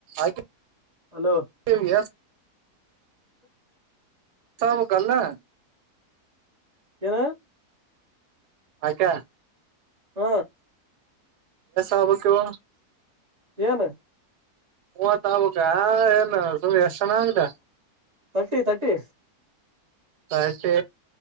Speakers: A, on the right (about 85°); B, on the right (about 30°).
A: ಐತು
B: hello
A: ನಿಮಗೆ
B: <unintelligible>
A: ತೋಬೇಕಲ್ಲಾ <unintelligible>
B: ನು <unintelligible>
A: ಅಕ್ಕ
B: ಹ್ಮ
A: ಆಗ್ಬೇಕ ಇವ
B: ಫೇಲ್ <unintelligible>
A: ಮೂವತ್ ಆಗ್ಬೇಕ ಏನು ತುಮ್ ಎಷ್ಟ ಜನ ಆಗುದ
B: ತರ್ಟಿ ತರ್ಟಿ
A: ತರ್ಟಿ